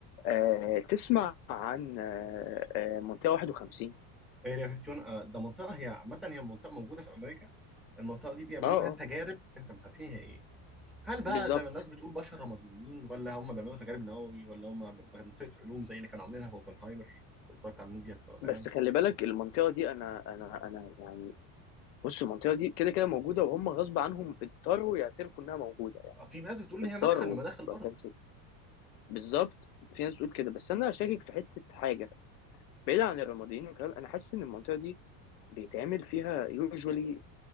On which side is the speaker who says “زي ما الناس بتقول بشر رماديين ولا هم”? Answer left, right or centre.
Centre